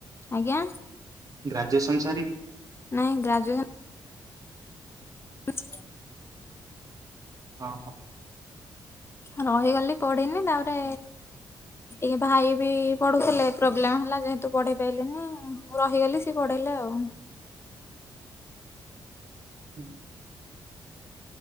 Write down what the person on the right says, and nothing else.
ଗ୍ରାଜୁଏସନ୍ ସାରି
ଅହ
ଉଁ।